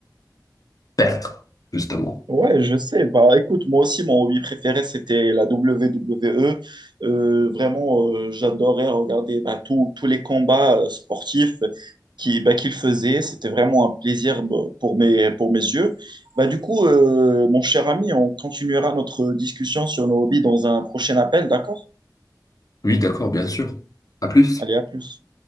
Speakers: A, on the left (about 55°); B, on the right (about 85°).
A: perdre, justement.
B: Ouais, je sais. Bah, écoute, moi aussi, mon hobby préféré, c'était la WWE. Euh, vraiment, euh, j'adorais regarder bah, tous tous les combats euh, sportifs qui, bah, qu'il faisait. C'était vraiment un plaisir bah, pour mes, pour mes yeux. Bah, du coup, euh, mon cher ami, on continuera notre discussion sur nos hobbies dans un prochain appel, d'accord?
A: Oui, d'accord, bien sûr. À plus.
B: Allez, à plus.